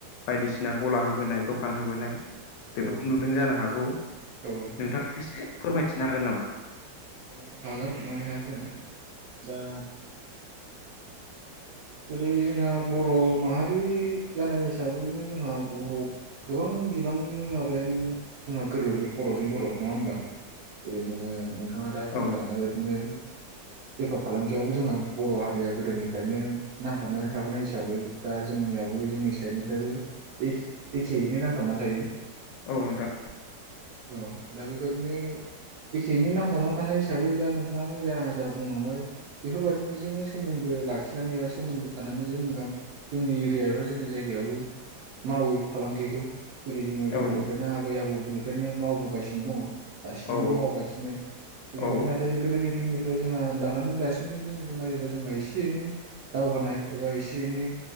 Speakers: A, on the left (about 80°); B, on the right (about 70°).
A: बायदिसिना गला होबोनाय द दखान होबोनाय बेफोरखौ
B: औ
A: नुदों जानो हागौ
B: औ
A: नोंथाङाबो एसे फोरमायथिनो हागोन नामा?
B: औ हागोन मानो हाया जानो दा जेरै जोंहा बर' माहारि जानाय हिसाबैनो जोंहा बर' गोबां बिबांनि माबायानो जोंहा गोरोबो बर'जों बर' नङा होमबा जेरै जोङो नोंथां थाङा दा फोरमायलांनाय
A: औ
B: बायदिनो बेफार फालांगियावबो जोंहा बर' हारिया गोदोनिफ्रायनो नांथाबनानै थाबोनाय हिसाबै दा जोंनियावबो जोंनि साइडनिफ्रायबो एखे-एखेयैनो नांथाबनानै थायो।
A: औ नोंथां
B: औ दा बेबायदिनो एखेयैनो नांथाबना थानाय हिसाबै दा नोंथाङानो जा जा बुंलांबाय बेफोरबायदिजोंनो सोमोन्दो लाखिनानै एबा सोमोन्दो थानानै जों गा जोंनि एरिया एबा जोंनि जायगायावबो मावो फालांगिखौ। जेरै जोङो गोदोनिफ्रायनो
A: औ
B: आबै आबौनि फ्रायनो मावबोगासिनो दङ'। दासिमबो
A: औ
B: मावगासिनो बेैबायदि
A: औ
B: नाथाय गोदोनि दिननि ओमफ्राय जोंहा लानानै दासिमनि दिनखौ नायोबा जोंहा एसे एनै दावगानाय एबा एसे एनै